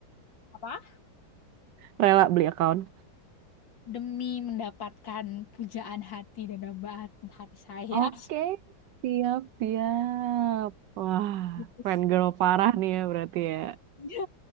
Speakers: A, on the left; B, on the right.
A: Apa?
B: Rela beli account.
A: Demi mendapatkan pujaan hati dan dambaan hati saya.
B: Oke,
A: <laughs>
B: siap-siap. Wah,
A: Gitu.
B: fangirl parah nih ya berarti ya.
A: Ya,